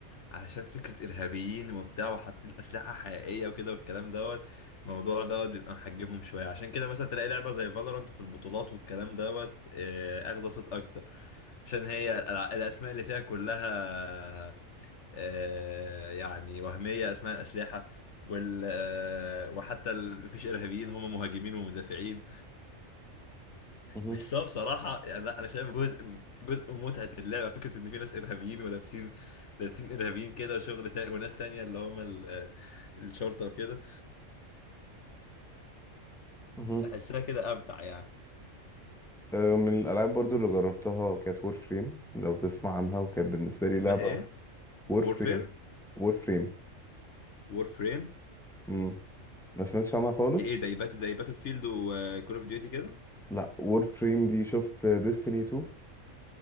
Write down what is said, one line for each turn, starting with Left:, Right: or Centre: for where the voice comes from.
Left: علشان فكرة ارهابيين وبتاع وحاطين اسلحة حقيقية وكده والكلام دوت الموضوع دوت بيبقى محجمهم شوية عشان كده مثلا تلاقي لعبة زي فالورانت في البطولات والكلام دوت آه، اخدة صيت اكتر عشان هي الألع- الاسماء اللي فيها كلها آه، يعني وهمية اسماء الاسلحة وال آه، وحتى ال... مفيش ارهابيين هم مهاجمين ومدافعين
Centre: مهم.
Left: بس هو بصراحه يعني لا انا شايف جزء من- جزء من متعه اللعبه فكره ان في ناس ارهابيين ولابسين لابسين ارهابيين كده وشغل تاني وناس تانية اللي هم ال... آه، الشرطه وكده
Centre: مهم.
Left: احسها كده امتع يعني
Centre: آه، من الالعاب برضو اللي جربتها كانت وور فريم لو تسمع عنها وكانت بالنسبه لي
Left: اسمها
Centre: لعبه
Left: ايه
Centre: وور
Left: وورفير
Centre: فريم وور فريم
Left: وورفريم
Centre: امم ما سمعتش عنها خالص
Left: دي ايه زي بات... زي باتل فيلد وكول اوف ديوتي كده
Centre: لا وور فريم دي شفت ديستني 2